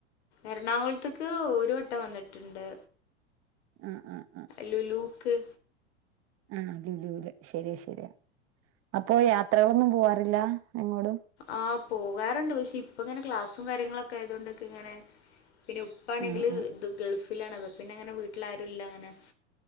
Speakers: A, on the left; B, on the right.
A: എറണാകുള്ത്ത്ക്ക് ഒരു വട്ടം വന്നിട്ട് ണ്ട്
B: അ ആ
A: ലുലൂക്ക്
B: ആ ലൂലൂല് ശരിയ ശരിയാ അപ്പൊ യാത്രകളൊന്നും പോവാറില്ല എങ്ങോടും?
A: ആ പോകാറ്ണ്ട് പക്ഷെ ഇപ്പ ഇങ്ങനെ ക്ലാസ്സും കാര്യങ്ങളൊക്കെ ആയതൊണ്ടൊക്കെ ഇങ്ങനെ പിന്നെ ഉപ്പ ആണെങ്കില്
B: ആഹ് ആഹ്.
A: ദു ഗൾഫിലാണ്അപ്പ പിന്നങ്ങനെ വീട്ടിൽ ആരു ഇല്ല അങ്ങനെ